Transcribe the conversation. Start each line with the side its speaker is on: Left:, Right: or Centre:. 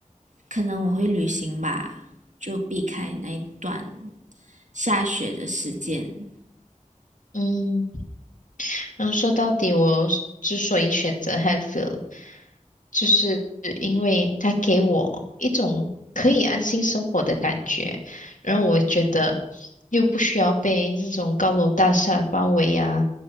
Right: 可能我会旅行吧，就避开那一段下雪的时间。
Left: 嗯然后说到底，我之所以选择 Hatfield，就是因为它给我一种可以安心生活的感觉，然后我觉得又不需要被那种高楼大厦包围啊，